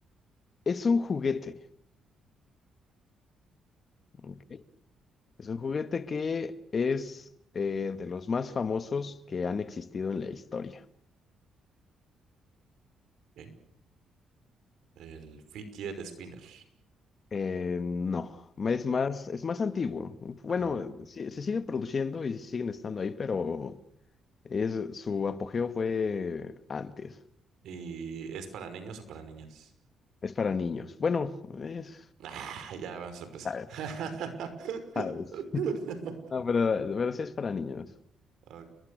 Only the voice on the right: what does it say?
Ok. El fidget spinner.
Ah.
¿Y es para niños o para niñas?
Ah, ya vamos a empezar.
<laughs>
Ok,